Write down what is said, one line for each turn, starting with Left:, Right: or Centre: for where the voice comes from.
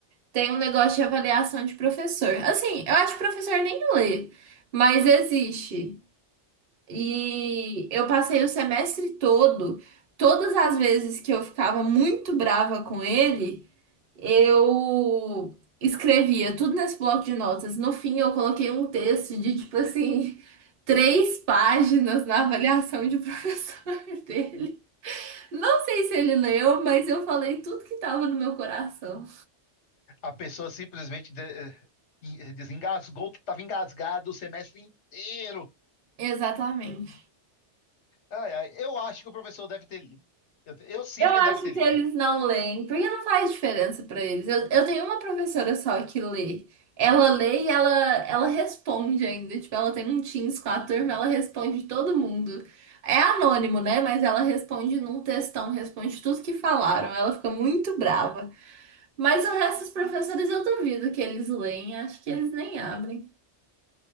Right: tem um negócio de avaliação de professor. Assim, eu acho que professor nem lê, mas existe. E eu passei o semestre todo, todas as vezes que eu ficava muito brava com ele, eu escrevia tudo nesse bloco de notas. No fim, eu coloquei um texto de tipo assim, <laughs> três páginas na avaliação de professor <laughs> dele. Não sei se ele leu, mas eu falei tudo que tava no meu coração.
Left: A pessoa simplesmente de- eh, em- eh, desengasgou que estava engasgado o semestre inteiro.
Right: Exatamente.
Left: Ai, ai, eu acho que o professor deve ter lido. Eu, eu sinto
Right: Eu acho
Left: que ele deve ter
Right: que
Left: lido.
Right: eles não leem, porque não faz diferença pra eles. Eu, eu tenho uma professora só que lê. Ela lê e ela, ela responde ainda. Tipo, ela tem um Teams com a turma, ela responde todo mundo. É anônimo, né? Mas ela responde num textão, responde tudo que falaram. Ela fica muito brava. Mas o resto dos professores eu duvido que eles leem. Acho que eles nem abrem.